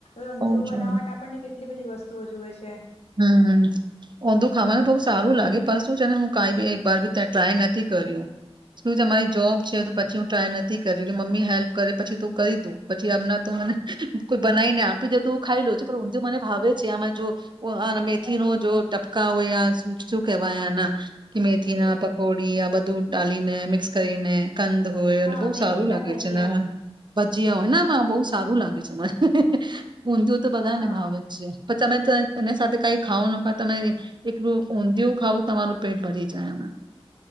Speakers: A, on the left; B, on the right.
A: ઊંધિય
B: બઉ
A: બનાવટ
B: જ
A: આપણને કેટલી બધી વસ્ સ્તુ જુએ છે.
B: હમ્મ હમ્મ ઊંધું ખાવાનું બહુ સારું લાગે પણ શું છે ને હું કઈ બી એકર બી ત્યાં ટ્રાય નથી કર્યું સુ છે મારી જોબ છે પછી હું ટ્રાય નથી કરિ કે મમ્મી હેલ્પ કરે પછી તું કઈ દું પછી અમના તો મને કોઈ બનાવીને આપી દે તો ખાઈ લઉ છ પણ ઊંધું મને ભાવે છે આ જો ઓ અને મેથી ન જો ટપકા હોય આ શ શું કેવાય એન કે મેથી ના પકોડી આ બધું ડાલી ને મિક્સ કરીને કંદ હોય અને
A: હા
B: બહુ
A: મેથી
B: સારું લાગે
A: ના ભજીયા
B: છે ને. ભજીયા હોયને આમાં બહુ સારું લાગે છે મને. ઊંધિું તો બધા
A: હા
B: ને ભાવે જ છે. પર તમે તજ એને સાથે કઈ ખાવું ન ખાય તમે એકલું ઊંધિયું ખાવ તમારું પેટ ભરી જાય અમે.